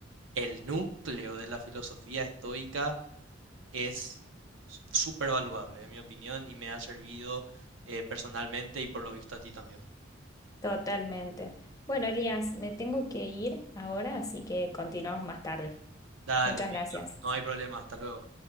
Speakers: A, on the right; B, on the left.
A: el núcleo de la filosofía estoica es súper valuable, en mi opinión, y me ha servido eh, personalmente y por lo visto a ti también.
B: Totalmente. Bueno, Elías, me tengo que ir ahora, así que continuamos más tarde.
A: Dale,
B: Muchas
A: Mica,
B: gracias.
A: no hay problema, hasta luego.